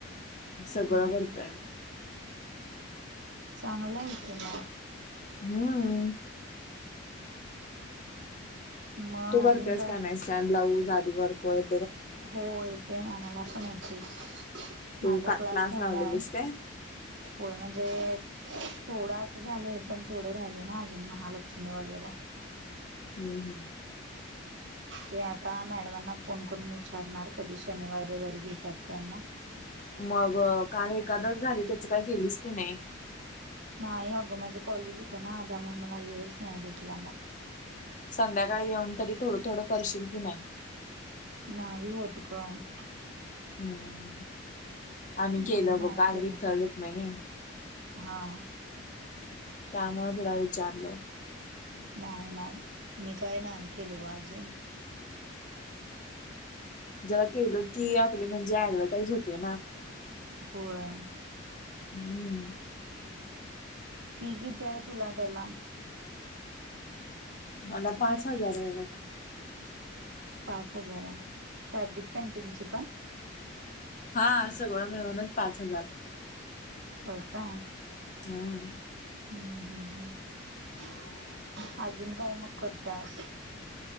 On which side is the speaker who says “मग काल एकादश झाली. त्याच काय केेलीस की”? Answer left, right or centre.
Left